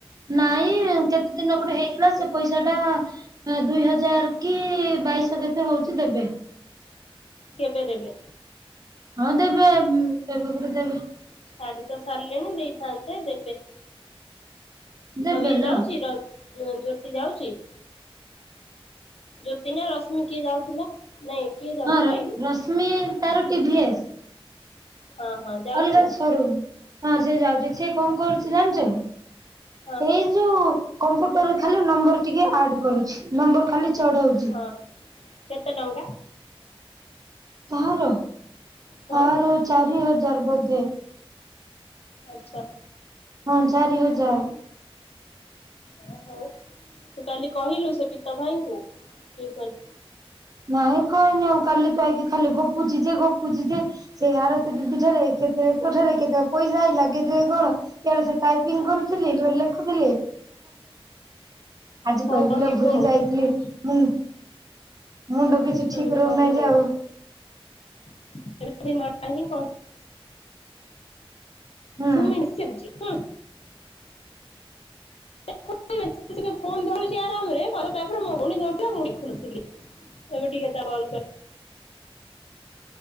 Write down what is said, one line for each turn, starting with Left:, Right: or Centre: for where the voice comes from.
Right: ନାଇଁ କେତେ ଦିନ ଗୋଟେ ହେଇଥିଲା ସେ ପଇସାଟା ଦୁଇ ହଜାର କି ବାଇଶ କେତେ ହଉଚି ଦେବେ।
Left: କେବେ ଦେବେ?
Right: ହଁ ଦେବେ ଏବେ ଗୋଟେ ଦେବେ।
Left: ଛାଡ଼ି ତ ସାରିଲେଣି ଦେଇଥାନ୍ତେ ଦେବେ,
Right: ଦେବେଲ
Left: ଆଉ ଇଏ ଯାଉଚି ର ଉଁ ଜ୍ୟୋତି ଯାଉଚି, ଜ୍ୟୋତି ନା ରଶ୍ମି କିଏ ଯାଉଥିଲା? ନାଇଁ। କିଏ ଯାଉଥିଲା
Right: ହଁ
Left: କି
Right: ରଶ୍ମି ତାର ଟି ଭିି ଏସ୍।
Left: ହଁ ହଁ। ଯାଉଛି।
Right: ଅଲଗା ସୋରୁମ୍ ହଁ ସେ ଯାଉଚି ସେ କଣ କରୁଚି ଜାଣିଚ
Left: ହଁ
Right: ଏଇ ଯୋଉ କମ୍ପୁଟରରେ ଖାଲି ନମ୍ବର ଟିକେ ଆଡ୍ କରୁଛି, ନମ୍ବର୍ ଖାଲି ଚଢଉଚି।
Left: ହଁ, କେତେ ଟଙ୍କା?
Right: କାହାର
Left: ହଁ
Right: ତାର ଚାରି ହଜାର୍ ବୋଧେ।
Left: ଆଚ୍ଛା।
Right: ହଁ ଚାରି ହଜାର୍।
Left: ହଉ ହଁ ହଉ ତୁ କାଲି କହିଲୁ ସେ ପିତ ଭାଇଙ୍କୁୁ ଟ୍ୟୁସନ୍
Right: ନାଇଁ କହିନି ଆଉ କାଲି ତୁ ଆଇକି ଖାଲି ଗପୁଚି ଯେ ଗପୁଚିଯେ ସେ ଆରତୀ ଦିଦି ଠାରେ ଏକେ ଲେଖୁଥିଲି କେତେବେଳେ ପଇସା ଆଇଲା କେତେଲେ କଣ ୟାଡେ ଟାଇପିଂ କରୁଥିଲି ଧରି ଲେଖୁଥିଲି ଆଜି
Left: ହଉ
Right: କହିବି
Left: କହିବୁ
Right: ଲୋ ଭୁଲି
Left: ଆଉ
Right: ଯାଇଥିଲି ମୁଁ। ମୁଣ୍ଡ କିଛି
Left: ହୁଁ
Right: ଠିକ୍
Left: କହିଦବୁ
Right: ରହୁନାହିଁ ଯେ ଆଉ।
Left: <unintelligible> ସୁମି ବେଶୀ
Right: ହୁଁ
Left: ହେଉଛି ହୁଁ। <unintelligible> ସେ ଆରାମରେ ମତେ ତାପରେ ମୋ ଭଉଣୀ କରିଥିଲା ମୁଁ ଦେଖୁଥିଲି ଏବେ ଟିକେ ତା କମ୍ କର୍